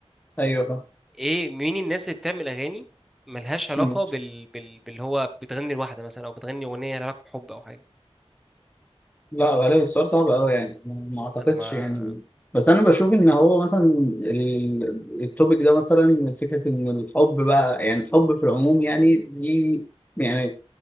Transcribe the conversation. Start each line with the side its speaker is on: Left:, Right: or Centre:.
Left: ايوه
Centre: ايه مين الناس اللي بتعمل اغاني ملهاش علاقه
Left: فاهم
Centre: بال... بال... باللي هو بتغني لوحده مثلا او بتغني اغنيه لها علاقه بحب او حاجه
Left: لا غالبا السؤال صعب قوي يعني ما اعتقدش
Centre: انا ما
Left: يعني بس انا بشوف ان هو مثلا ال- التوبيك ده مثلا فكره ان الحب بقى يعني الحب في العموم يعني دي يعني